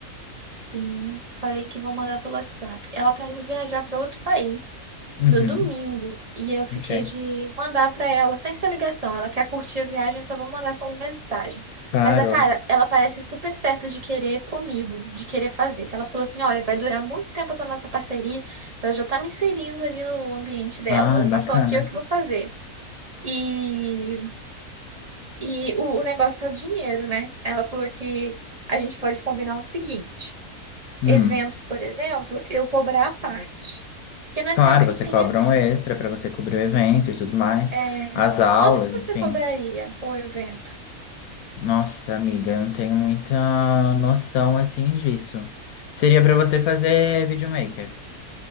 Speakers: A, on the right; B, on the left.
A: Sim, falei que vou mandar pelo WhatsApp. Ela tá indo viajar para outro país
B: Uhum,
A: no domingo e eu fiquei
B: ok.
A: de mandar para ela sem ser ligação. Ela quer curtir a viagem, eu só vou mandar como mensagem.
B: Claro,
A: Mas a cara, ela parece super certa de querer comigo, de querer fazer. Que ela falou assim: olha, vai durar muito tempo essa nossa parceria. Ela já tá me inserindo ali no ambiente dela.
B: Ah,
A: Ela já
B: bacana.
A: tá falando que eu que vou fazer. E, e o o negócio é o dinheiro, né? Ela falou que a gente pode combinar o seguinte.
B: Hum.
A: Eventos, por exemplo, eu cobrar à parte. Porque não é
B: Claro,
A: sempre
B: você
A: que tem
B: cobra
A: evento.
B: um extra para você cobrir o evento e tudo mais.
A: É,
B: As aulas,
A: Quanto que você
B: enfim.
A: cobraria o evento?
B: Nossa, amiga, eu não tenho muita noção assim disso. Seria para você fazer videomaker,